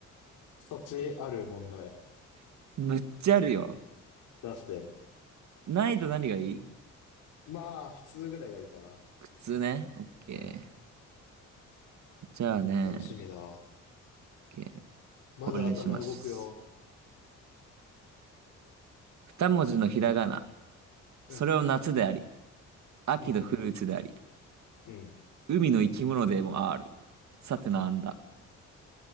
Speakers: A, on the left (about 85°); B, on the right (about 65°).
A: そっちある問題
B: <laughs> むっちゃあるよ。
A: 出して。
B: ないと何がいい
A: まあ、普通ぐらいがいいかな。
B: 靴ね。オッケ
A: うん。
B: ー。じゃあね。
A: 楽しみだわ。
B: オッケー。
A: まだ頭動くよ。
B: これにします。二文字のひらがな。
A: うん、
B: それを夏であり、秋のフルーツであり。
A: うん、うん。
B: 海の生き物でもある。さてなんだ。